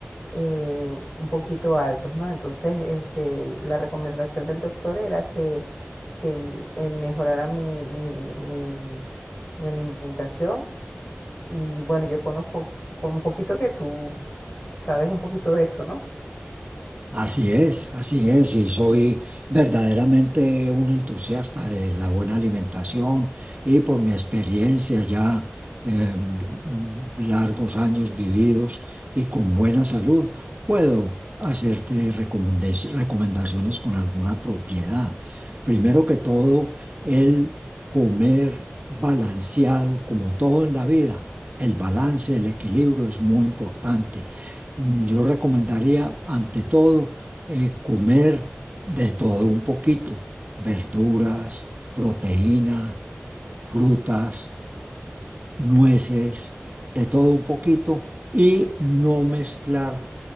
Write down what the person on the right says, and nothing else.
Así es, así es, y soy verdaderamente un entusiasta de la buena alimentación y por mi experiencia ya eh, largos años vividos y con buena salud, puedo hacerte recomendes- recomendaciones con alguna propiedad. Primero que todo, el comer balanceado, como todo en la vida. El balance, el equilibrio es muy importante Yo recomendaría, ante todo, eh, comer de todo un poquito, verduras, proteína frutas, nueces, de todo un poquito, y no mezclar